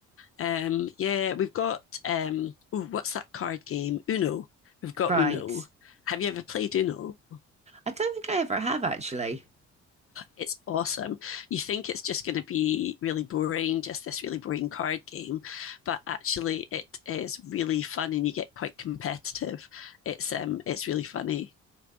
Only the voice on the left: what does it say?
Um, yeah, we've got um, ooh, what's that card game? Uno. We've got
Uno. Have you ever played Uno?
It's awesome. You think it's just going to be really boring, just this really boring card game, but actually it is really fun and you get quite competitive. It's um it's really funny.